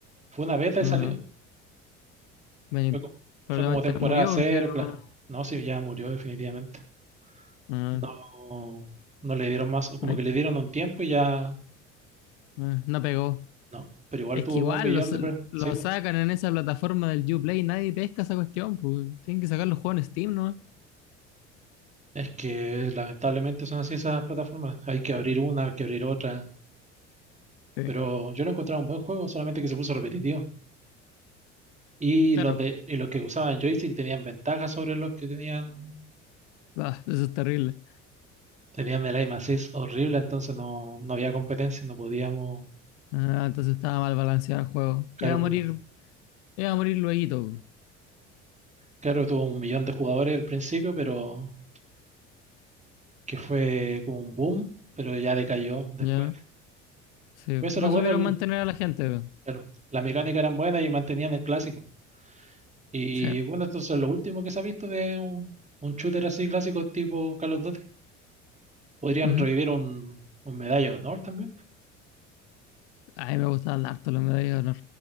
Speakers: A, on the right; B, on the left.
A: Fue una beta y
B: Ajá.
A: salió.
B: Bueno,
A: Fue, co-
B: probablemente
A: fue como temporada
B: murió
A: cero,
B: porque no.
A: claro. No, sí, ya murió definitivamente.
B: Ajá.
A: No, no le dieron más, como
B: Ay,
A: que le dieron un tiempo y ya
B: ah, no pegó.
A: No, pero igual
B: Es
A: tuvo
B: que igual
A: como un millón
B: los-
A: de... per-
B: lo
A: Sí, pues.
B: sacan en esa plataforma del Uplay, nadie pesca esa cuestión, pues tienen que sacar los juegos en Steam, ¿no?
A: Es que lamentablemente son así esas plataformas. Hay que abrir una, hay que abrir otra.
B: Sí.
A: Pero yo lo encontraba un buen juego, solamente que se puso repetitivo. Y
B: Claro,
A: los de, y los que usaban joystick tenían ventajas sobre los que tenían,
B: Ah, eso es terrible.
A: tenían el aim assist horrible, entonces no, no había competencia, no podíamos.
B: Ah, entonces estaba mal balanceado el juego.
A: Claro,
B: Iba a morir,
A: por lo-
B: iba a morir luego,
A: claro, tuvo un millón de jugadores al principio, pero que fue como un boom, pero ya decayó después.
B: ¿ya? Sí,
A: Pues eso
B: no
A: era bueno,
B: supieron
A: el-
B: mantener a la gente. po.
A: claro, las mecánicas eran buenas y mantenían el clásico. Y
B: Sí.
A: bueno, entonces lo último que se ha visto de un, un shooter así clásico tipo Call of Duty. Podrían
B: Ujú.
A: revivir un, un Medalla de Honor también.
B: A mí me gustaban harto los medallas de honor.